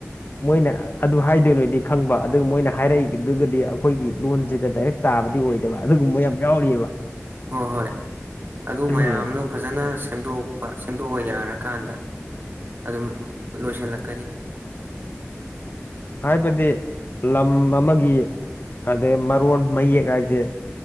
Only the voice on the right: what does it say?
ꯍꯣꯏ ꯍꯣꯏ ꯑꯗꯨ
ꯃꯌꯥꯝꯗꯨ ꯐꯖꯅ ꯁꯦꯝꯗꯣꯛꯄ ꯁꯦꯝꯗꯣꯛꯑ ꯌꯥꯔꯀꯥꯟꯗ ꯑꯗꯨꯝ ꯂꯣꯏꯁꯜꯂꯛ